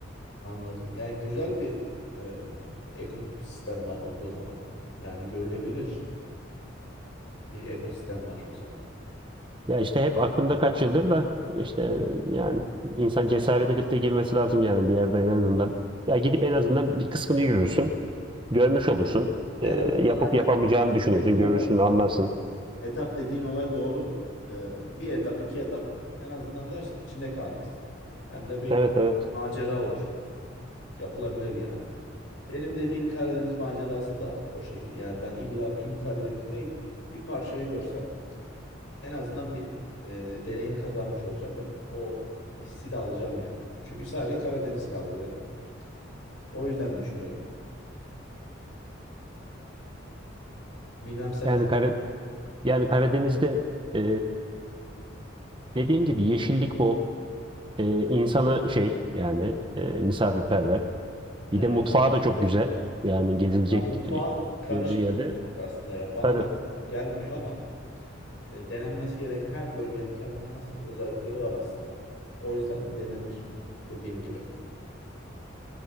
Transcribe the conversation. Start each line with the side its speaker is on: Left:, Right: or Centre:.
Left: Anladım. Yani güzel bir e, ekosistem var orada o zaman. Yani görülebilir bir ekosistem var o zaman.
Right: Ya işte hep aklımda kaç yıldır da işte e, yani insan cesaret edip de girmesi lazım yani bir yerde en azından. Ya gidip en azından bir kısmını yürürsün. Görmüş olursun.
Left: En
Right: E,
Left: azından
Right: yapıp
Left: aynen
Right: yapamayacağını düşünürsün.
Left: dediğin
Right: Görürsün,
Left: olay,
Right: anlarsın.
Left: etap dediğin olay doğru. E, bir etap, iki etap en azından dersin içinde kalmaz. Hem de bir
Right: Evet evet.
Left: macera olur. Yapılabilir yani. Benim dediğim Karadeniz macerası da o şekil. Yani ben illa tüm Karadeniz değil, bir parçayı görsem en azından bir e, deneyim kazanmış olacağım ve o hissi de alacağım yani. Çünkü sadece Karadeniz kaldı benim. O yüzden düşünüyorum. Bilmem sen
Right: Yani
Left: ne
Right: Kara, yani Karadeniz'de e, dediğim gibi yeşillik bol. E, insanı şey yani e, misafirperver.
Left: Evet.
Right: Bir de mutfağı da çok güzel. Yani gezilecek
Left: ya mutfağı
Right: e, gördüğü
Left: karışık
Right: yerde.
Left: bir mutfak aslında ya. Bana
Right: Tabii.
Left: çok gelmiyor ama e, denenmesi gereken her bölgenin kendine has özellikleri var aslında. O yüzden denenir dediğin gibi.